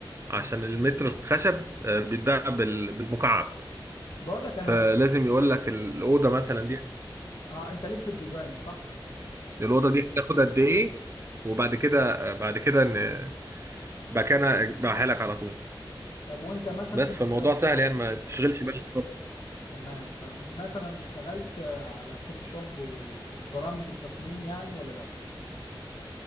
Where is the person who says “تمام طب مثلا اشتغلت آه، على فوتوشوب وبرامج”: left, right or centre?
Left